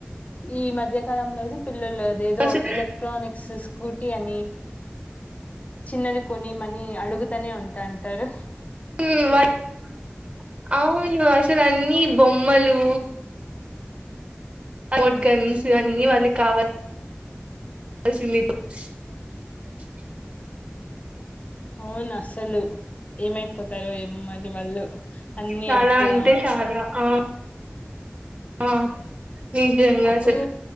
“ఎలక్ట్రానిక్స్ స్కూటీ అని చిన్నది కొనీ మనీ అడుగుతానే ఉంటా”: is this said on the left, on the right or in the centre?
Left